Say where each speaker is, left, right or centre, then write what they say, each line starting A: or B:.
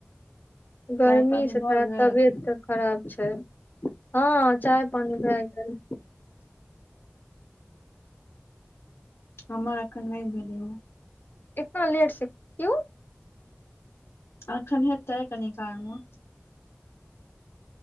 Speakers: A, on the left; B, on the left.
A: गर्मी
B: चाय पानी
A: से
B: भऽ
A: त
B: गेल
A: तबियत खराब छै हँ चाय पानि भ गेल
B: हमरा अखन नहि भेलै हं
A: एतना लेटसँ क्यूं
B: एखन हेतै कनिकालमे